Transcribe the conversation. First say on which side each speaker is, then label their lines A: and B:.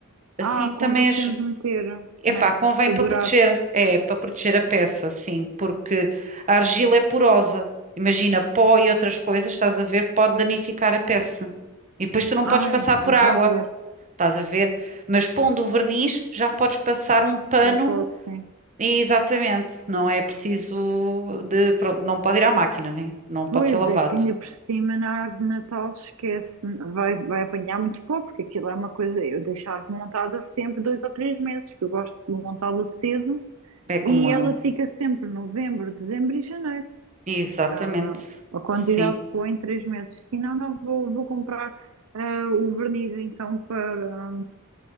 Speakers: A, on the right; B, on the right.
A: Assim
B: Ah,
A: também
B: convém
A: és.
B: sempre meter,
A: Epá,
B: né?
A: convém
B: Para
A: para
B: durar.
A: proteger, é, para proteger a peça, sim, porque a argila é porosa. Imagina, pó e outras coisas, estás a ver, pode danificar a peça. E depois tu não
B: Ah,
A: podes passar
B: então
A: por
B: vou
A: água
B: já ver,
A: estás a ver? Mas pondo o verniz, já podes passar um pano
B: já posso, sim.
A: e exatamente, não é preciso de, pronto, não pode ir à máquina, né? Não
B: Pois
A: pode ser lavado.
B: é, que ainda por cima na árvore de Natal esquece, vai, vai apanhar muito pó, porque aquilo é uma coisa, eu deixo a árvore montada sempre dois ou três meses, que eu gosto de montá-la cedo,
A: É como
B: e
A: eu.
B: ela fica sempre novembro, dezembro e janeiro.
A: Exatamente.
B: Ah, a quantidade
A: Sim.
B: de pó em três meses. Se não, não vou, vou comprar ah, o verniz então para,